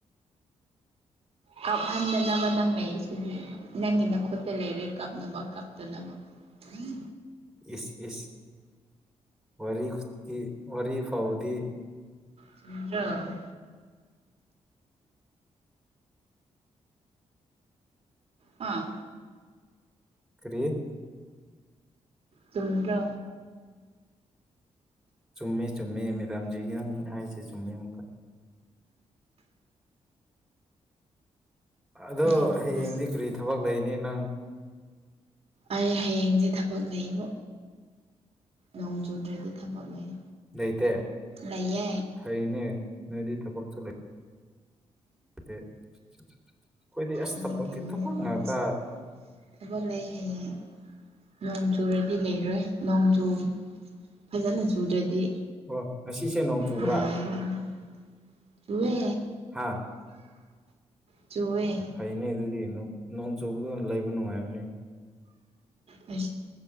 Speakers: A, on the right (about 60°); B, in the centre.
A: ꯀꯥꯞꯍꯟꯗꯅꯕ ꯅꯪ ꯂꯩꯁꯤꯅꯦ ꯅꯪꯒꯤ ꯅꯈꯣꯠꯇ ꯂꯩꯔꯦ ꯀꯥꯞꯅꯕ ꯀꯞꯇꯅꯕ ꯎ
B: ꯏꯁ ꯏꯁ ꯋꯥꯔꯤꯤ ꯋꯥꯔꯤ ꯐꯥꯎꯕꯗꯤ
A: ꯆꯨꯝꯗ꯭ꯔ‌ꯣ ꯑꯥ
B: ꯀꯔꯤ
A: ꯆꯨꯝꯗ꯭ꯔ
B: ꯆꯨꯝꯃꯦ ꯆꯨꯝꯃꯦ ꯃꯦꯗꯥꯝꯖꯤꯒꯤ ꯅꯪ ꯍꯥꯏꯁꯦ ꯆꯨꯝꯃꯦ ꯑꯃꯨꯛꯀ ꯑꯗꯣ
A: ꯅꯪꯒꯤꯗꯨꯁꯨ
B: ꯍꯌꯦꯡꯗꯤ ꯀꯔꯤ ꯊꯕꯛ ꯂꯩꯅꯤ ꯅꯪ
A: ꯑꯩ ꯍꯌꯦꯡꯁꯦ ꯊꯕꯛ ꯂꯩꯌꯦꯕ ꯅꯣꯡ ꯆꯨꯗ꯭ꯔꯗꯤ ꯊꯕꯛ ꯂꯩ
B: ꯂꯩꯇꯦ
A: ꯂꯩꯌꯦ
B: ꯐꯩꯅꯦ ꯅꯣꯏꯗꯤ ꯊꯕꯛꯁꯨ ꯂꯩ ꯍꯥꯏꯗꯤ ꯑꯩꯈꯣꯏꯗꯤ ꯑꯁ
A: ꯍꯌꯦꯡ
B: ꯊꯕꯛꯀꯤ
A: ꯀꯩꯅꯣ
B: ꯊꯕꯛ
A: ꯋꯦꯅꯁꯗꯦ
B: ꯉꯥꯛꯇ
A: ꯊꯕꯛ ꯂꯩ ꯍꯌꯦꯌꯦꯡ ꯅꯣꯡ ꯆꯨꯔꯗꯤ ꯂꯩꯔꯣꯏ ꯅꯣꯡꯖꯨ ꯐꯖꯅ ꯆꯨꯗ꯭ꯔꯗꯤ
B: ꯑꯣ ꯉꯁꯤꯁꯦ ꯅꯣꯡ ꯆꯨꯕ꯭ꯔꯥ
A: ꯂꯩꯒꯅꯤ ꯆꯨꯋꯦ
B: ꯍꯥꯥ
A: ꯖꯨꯑꯦ
B: ꯐꯩꯅꯦ ꯑꯗꯨꯗꯤ ꯅꯣꯡ ꯆꯨꯕꯗ ꯂꯩꯕ ꯅꯨꯡꯉꯥꯏꯕꯅꯦ
A: ꯎ